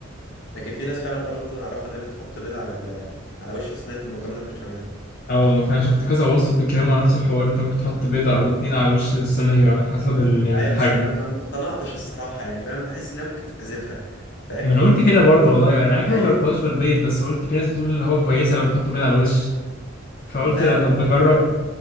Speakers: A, on the left; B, on the left.
A: لكن في ناس فعلا برضه انا اعرفها انها بتحط بيض على ال- على وش صينية المكرونة البشاميل
B: آه، فانا شفت كذا وصفه بيتكلموا على نفس الحوار انت ممكن تحط بيضه او اتنين على وش الصينيه على حسب ال... يعني
A: ايوه
B: الحجم
A: بس انا ما ما اقتنعتش الصراحه يعني فاهم بحس انها ممكن تبقى زفره فاهم
B: ما انا قلت كده برضه والله انا عارف
A: <laughs>
B: ان
A: ايوه
B: أنا ما جربتهاش بالبيض بس قلت في ناس بتقول اللي هو كويسه لو بيحطوا بيض على الوش فقلت
A: لا
B: ده بجرب
A: لا انا ما